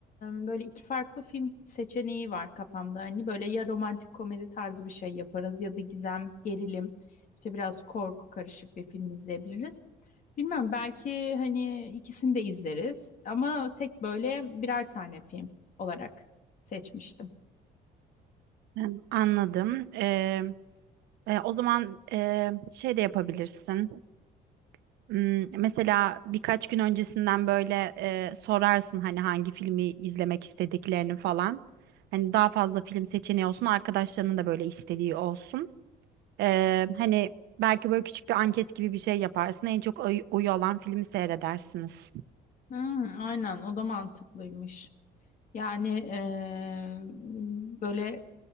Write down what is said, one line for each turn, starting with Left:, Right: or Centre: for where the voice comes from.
Left: e, böyle iki farklı film seçeneği var kafamda. Hani böyle ya romantik komedi tarzı bir şey yaparız ya da gizem, gerilim, işte biraz korku karışık bir film izleyebiliriz. Bilmem, belki hani ikisini de izleriz ama tek böyle birer tane film olarak seçmiştim.
Right: Ee, Anladım. Ee, e, o zaman e, şey de yapabilirsin. Hmm, Mesela birkaç gün öncesinden böyle e, sorarsın hani hangi filmi izlemek istediklerini falan. Hani daha fazla film seçeneği olsun, arkadaşlarının da böyle istediği olsun. Ee, hani belki böyle küçük bir anket gibi bir şey yaparsın. En çok oy, oyu alan filmi seyredersiniz.
Left: Hmm, aynen o da mantıklıymış. Yani eee, böyle